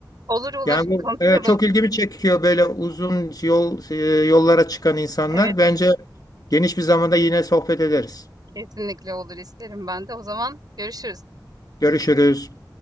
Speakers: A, on the right; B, on the left.
A: olur olur
B: Yani
A: <laughs> konuşalım.
B: bu e, çok ilgimi çekiyor böyle uzun yol e, yollara çıkan insanlar.
A: Evet
B: Bence geniş bir zamanda yine sohbet ederiz.
A: kesinlikle olur isterim ben de. O zaman görüşürüz.
B: Görüşürüz.